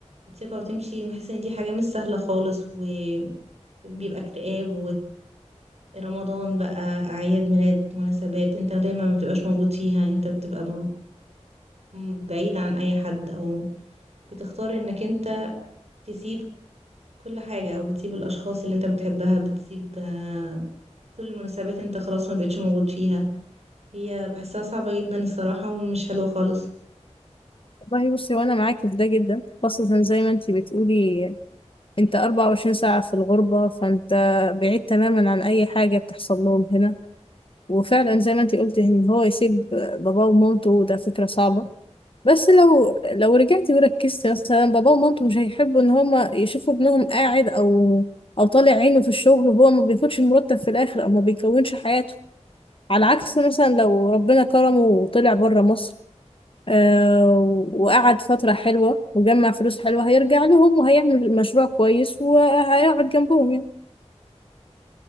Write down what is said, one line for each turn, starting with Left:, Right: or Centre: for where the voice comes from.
Right: تسيبها وتمشي بحس ان دي حاجة مش سهلة خالص وبيبقى اكتئاب ورمضان بقى اعياد ميلاد مناسبات انت دايما ما بتبقاش موجود فيها انت بتبقى م- بعيد عن اي حد او بتختار انك انت تسيب كل حاجة او بتسيب الاشخاص اللي انت بتحبها بتسيب آه، كل المناسبات انت خلاص ما بقتش موجود فيها هي بحسها صعبة جدا الصراحة ومش حلوة خالص
Left: والله بصي وانا معاكي في ده جدا خاصة زي ما انت بتقولي انت 24 ساعة في الغربة فانت بعيد تماما عن اي حاجة بتحصل لهم هنا وفعلا زي ما انت قلتي ان هو يسيب باباه ومامته ده فكرة صعبة بس لو لو رجعت وركزت مثلا بابا ومامته مش هيحبوا ان هما يشوفوا ابنهم قاعد او او طالع عينه في الشغل وهو ما بياخدش المرتب في الاخر او ما بيكونش حياته على عكس مثلا لو ربنا كرمه وطلع بره مصر آه وقعد فترة حلوة وجمع فلوس حلوة هيرجع لهم وهيعمل مشروع كويس وهيقعد جنبهم يعني